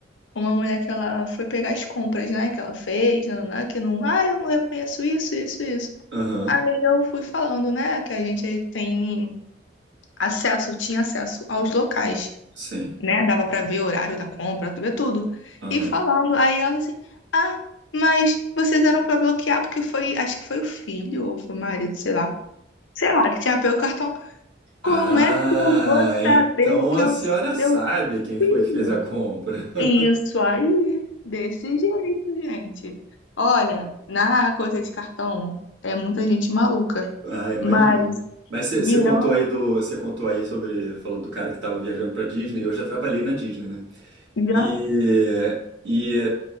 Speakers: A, on the left; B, on the right.
A: uma mulher que ela foi pegar as compras, né, que ela fez, nananã, que não, ah, eu não reconheço isso, isso, isso.
B: Aham.
A: Aí eu fui falando, né, que a gente tem acesso, tinha acesso aos locais,
B: Sim.
A: né? Dava pra ver o horário da compra, ver tudo.
B: Aham.
A: E falando, aí ela assim, ah, mas vocês eram pra bloquear porque foi, acho que foi o filho ou foi o marido, sei lá. Sei lá, que tinha pego o cartão.
B: Ah,
A: Como é que eu vou
B: então
A: saber que
B: a
A: é
B: senhora
A: o seu
B: sabe quem
A: filho?
B: foi que fez a compra. <laughs>
A: Isso aí, desse jeito, gente. Olha, na coisa de cartão é muita gente maluca,
B: Ah, imagino.
A: mas
B: Mas você
A: virando
B: contou aí do, você contou aí sobre, falou do cara que tava viajando pra Disney, e eu já trabalhei na Disney, né?
A: já.
B: E, e